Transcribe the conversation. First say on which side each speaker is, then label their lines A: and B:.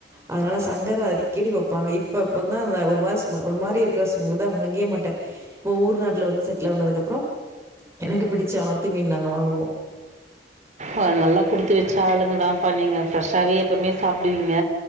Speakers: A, on the right; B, on the right.
A: அத்னால சங்கரா அடிக்கெடி வெப்பாங்க இப்பப்பந்தா ஆ ஒரு மாரி ஸ்மெ ஒரு மாரி இருக் தா ஸ் அதா வாங்கயே மாட்ட இப்போ ஊர் நேரத்ல வந்து செட்லு ஆனதுக்கப்றொ எனக்கு புடிச்ச ஆத்து மீன் நாங்க வாங்குவோ
B: அ நல்லா குடுத்து வச்ச ஆளுங்க தாம்ப்பா நீங்க ஃப்ரெஷ்ஷாவே எப்பவ்மே சாப்டுவீங்க